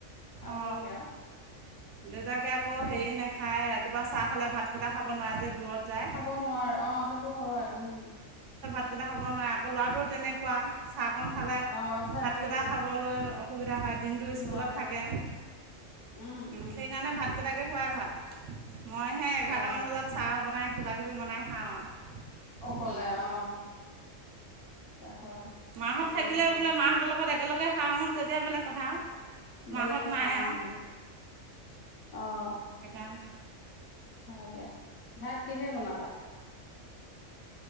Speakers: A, on the left (about 55°); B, on the right (about 70°).
A: আজৰি
B: অ
A: আৰু
B: দেউতাকক আকৌ হেৰি নাখায় ৰাতিপুৱা চাহ খালে ভাতকেইটা খাব নোৱাৰে যে। দূৰত যায়
A: খাব নোৱাৰে অ সেইটো হয় উম।
B: কেইটা খাব নোৱ আকৌ ল'ৰাটোও তেনেকুৱা। চাহকণ খালে
A: অ অভ্যাস
B: ভাতকেইটা
A: হৈ গৈছে
B: খাবলৈ অসুবিধা হয় দিনটো স্কুলত
A: নোৱাৰে
B: থাকে।
A: উম উম
B: সেইকাৰণে ভাতকেইটাকে খোৱাই ভাল মই সে এঘাৰটামান
A: অ
B: বজাত চাহ বনাই। কিবাকিবি বনাই খাওঁ আৰু
A: অকলে
B: তেনেকৈ
A: অ। হয়
B: মাহত
A: উম
B: থাকিলে
A: উম
B: বোলে মাহঁতৰ লগত একেলগে খাওঁ তেতিয়া বেলেগ কথা।
A: বেলেগ
B: মাহঁত
A: কথা
B: নাই
A: উম
B: আৰু
A: আহ।
B: কাৰ।
A: হয় দিয়া ভাত কিহে বনালা।